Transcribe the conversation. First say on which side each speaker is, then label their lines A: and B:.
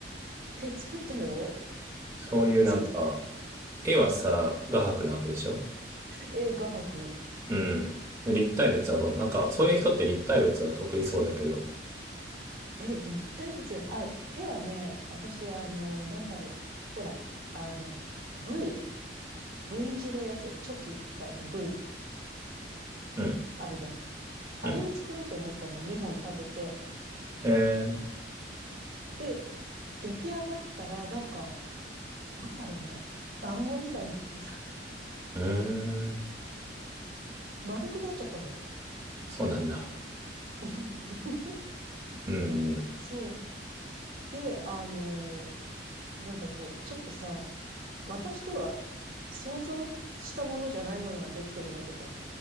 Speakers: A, on the right; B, on the right.
A: 手作ったよ。
B: そういうなんか、
A: <laughs>
B: 絵はさ、画伯なわけでしょ
A: え、画伯。
B: うん。立体物はどうなのなんか、そういう人って立体物は得意そうだけど。
A: え、立体物。あ、手はね、私、あの、なんだろう。ほら、あの、V? V 字のやつ、チョキみたいな V
B: うん、
A: あるじゃん。あれを作ろうと思ったの、
B: うん。
A: 2本立てて。
B: えー、
A: で、出来上がったら、なんか、なんだろうね、団子みたいになってさ、
B: うーん、
A: <laughs> 丸くなっちゃったのよ。
B: そうなんだ。
A: <laughs>
B: うん、うん、
A: そう。で、あの、なんだこう、ちょっとさ、私とは想像したものじゃないものができてるわけじゃん。